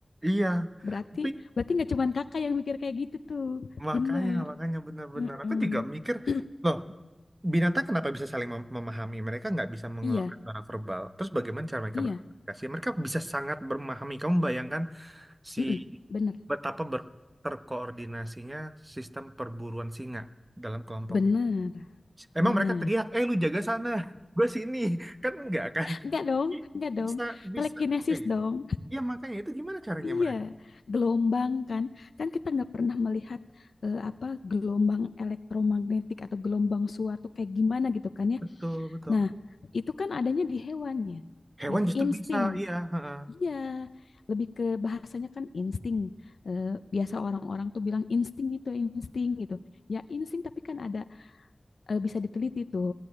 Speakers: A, on the right (about 30°); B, on the left (about 85°).
A: iya.
B: Berarti
A: Tapi
B: berarti nggak cuman Kakak yang mikir kayak gitu tuh.
A: makanya,
B: Bener.
A: makanya benar-benar.
B: Heeh.
A: Aku juga mikir,
B: <clears throat>
A: loh, binatang kenapa bisa saling mem- memahami? Mereka nggak bisa mengeluarkan
B: Iya,
A: suara verbal. Terus bagaimana cara mereka
B: iya.
A: berkomunikasi? Mereka bisa sangat memahami. Kamu bayangkan si
B: Mm-mm, Bener.
A: betapa ber- terkoordinasinya sistem perburuan singa dalam kelompoknya.
B: Bener,
A: Emang
B: bener.
A: mereka teriak, eh lu jaga sana, gue sini. Kan enggak kan?
B: Enggak dong,
A: i-
B: enggak dong.
A: bisa bisa
B: Telekinesis
A: aja gitu
B: dong.
A: iya makanya itu gimana caranya
B: Iya,
A: mereka
B: gelombang kan. Kan kita nggak pernah melihat eh, apa gelombang elektromagnetik atau gelombang suatu kayak gimana gitu kan ya.
A: betul betul
B: Nah, itu kan adanya di hewan ya.
A: hewan
B: Gitu,
A: justru
B: insting.
A: bisa iya heeh.
B: Iya, lebih ke bahasanya kan insting. Eh, biasa orang-orang tuh bilang insting itu insting gitu. Ya insting tapi kan ada eh, bisa diteliti tuh